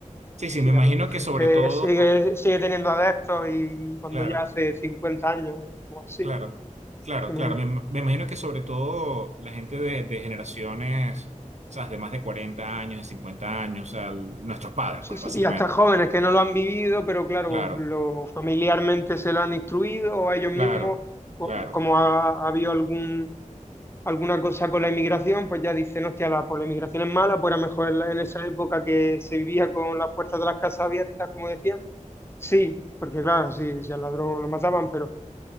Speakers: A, on the right; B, on the left.
A: Sí,
B: sigue
A: sí, me imagino
B: habiendo gente,
A: que sobre todo,
B: sigue, sigue teniendo adeptos y cuando
A: claro,
B: ya hace 50 años o así
A: claro, claro,
B: que murió.
A: claro. Me, me imagino que sobre todo la gente de, de generaciones, o sea, de más de 40 años, de 50 años, o sea, el- nuestros padres,
B: Sí,
A: pues,
B: sí,
A: básicamente.
B: y hasta jóvenes que no lo han vivido, pero claro,
A: Claro,
B: lo, familiarmente se lo han instruido o ellos
A: claro,
B: mismos, o-
A: claro.
B: como ha, ha habido algún, alguna cosa con la inmigración, pues ya dicen, hostia, la, pues la inmigración es mala, pues era mejor en, la- en esa época que se vivía con las puertas de las casas abiertas, como decían. Sí, porque claro, sí, si al ladrón lo mataban, pero